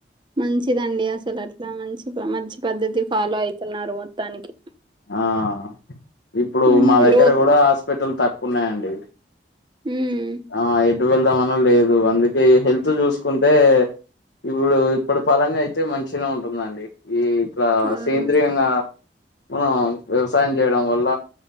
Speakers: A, on the right; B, on the left.
A: మంచిదండి అసలు అట్లా మంచి. గ మంచి పద్ధతి ఫాలో అయితున్నారు మొత్తానికి.
B: ఆహ్ ఇప్పుడు
A: ఉమ్
B: మా దగ్గర
A: రో
B: కూడా హాస్పిటల్ తక్కువ ఉన్నాయండి.
A: ఉమ్
B: ఆహ్ ఎటు వెళ్దామన్నా లేదు అందుకే హెల్త్ చూసుకుంటే. ఇప్పుడు ఇప్పడు పరంగా అయితే మంచిగనే ఉంటుందండి. ఈ ఇట్లా
A: అవును
B: సేంద్రయంగా మనం వ్యవసాయం చేయడం వల్ల.